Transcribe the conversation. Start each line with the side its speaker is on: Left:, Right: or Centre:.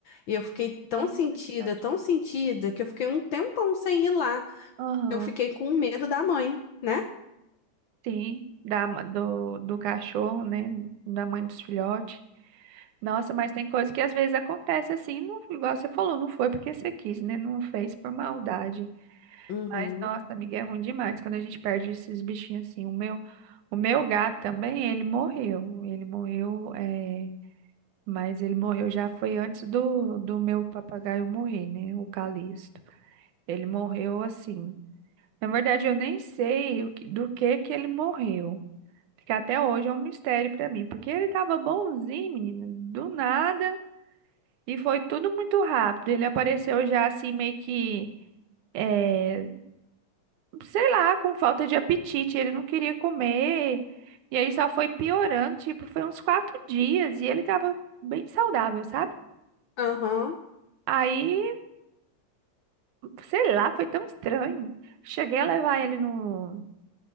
Left: E eu fiquei tão
Right: Nossa,
Left: sentida,
Right: é verdade.
Left: tão sentida, que eu fiquei um tempão sem ir lá.
Right: Aham.
Left: Eu fiquei com medo da mãe, né?
Right: Sim, da, ma- do, do cachorro, né? Da mãe dos filhotes. Nossa, mas tem coisa que às vezes acontece assim, não, igual você falou, não foi porque você quis, né? Não fez por maldade.
Left: Uhum.
Right: Mas, nossa, amiga, é ruim demais quando a gente perde esses bichinhos assim. O meu, o meu gato também, ele morreu. Ele morreu, é, mas ele morreu já foi antes do, do meu papagaio morrer, né? O Calixto. Ele morreu assim. Na verdade, eu nem sei o que- do que que ele morreu que até hoje é um mistério pra mim, porque ele tava bonzinho, menino, do nada, e foi tudo muito rápido. Ele apareceu já assim, meio que, eh, sei lá, com falta de apetite, ele não queria comer, e aí só foi piorando, tipo, foi uns quatro dias, e ele tava bem saudável, sabe?
Left: Aham.
Right: Aí, sei lá, foi tão estranho. Cheguei a levar ele no,